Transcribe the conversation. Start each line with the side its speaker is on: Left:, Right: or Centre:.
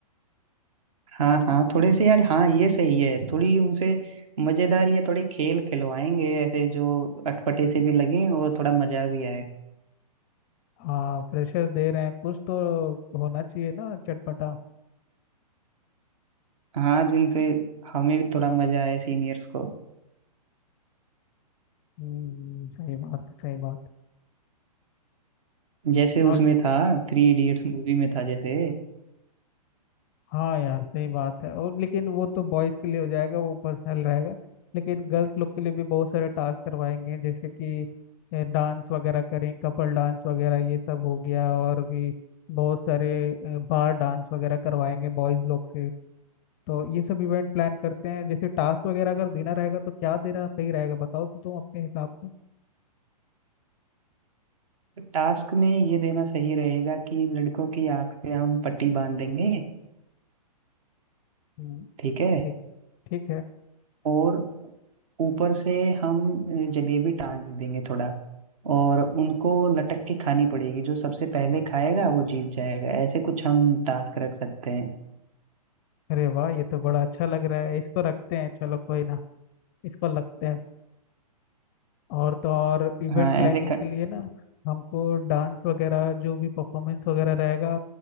Right: हाँ हाँ थोड़े से यार हाँ ये सही है थोड़ी उनसे मजेदार या थोड़े खेल खिलवाएंगे ऐसे जो अटपटे से भी लगे और थोड़ा मजा भी आए
Left: हाँ प्रेशर दे रहे हैं कुछ तो होना चाहिए ना चटपटा
Right: हाँ जिनसे हमें भी थोड़ा मजा आए सीनियर्स को
Left: हम्म सही बात है सही बात है।
Right: जैसे
Left: और
Right: उसमें था थ्री इडियट्स मूवी में था जैसे
Left: हाँ यार सही बात है और लेकिन वो तो बॉयज के लिए हो जाएगा वो पर्सनल रहेगा लेकिन गर्ल्स लोग के लिए भी बहुत सारे टास्क करवाएंगे जैसे कि डांस वगैरह करें कपल डांस वगैरह ये सब हो गया और भी बहुत सारे बार डांस वगैरह करवाएंगे बॉयज लोग से तो ये सब इवेंट प्लान करते हैं जैसे टास्क वगैरह अगर देना रहेगा तो क्या देना सही रहेगा बताओ तो तुम अपने हिसाब से
Right: टास्क में ये देना सही रहेगा कि लड़कों की आंख पे हम पट्टी बांध देंगे
Left: हम्म,
Right: ठीक है
Left: ठीक ठीक है
Right: और ऊपर से हम जलेबी टांग देंगे थोड़ा और उनको लटक के खानी पड़ेगी जो सबसे पहले खाएगा वो जीत जाएगा ऐसे कुछ हम टास्क रख सकते हैं
Left: अरे वाह ये तो बड़ा अच्छा लग रहा है इसको रखते हैं चलो कोई ना इसको लगते हैं और तो और इवेंट
Right: हाँ
Left: प्लानिंग
Right: ऐसे
Left: के
Right: क...
Left: लिए ना हमको डांस वगैरह जो भी परफॉर्मेंस वगैरह रहेगा